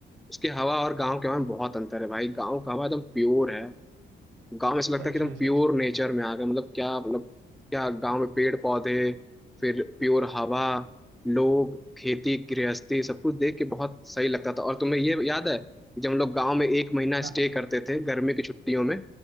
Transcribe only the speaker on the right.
सच
में सच
में
हाँ,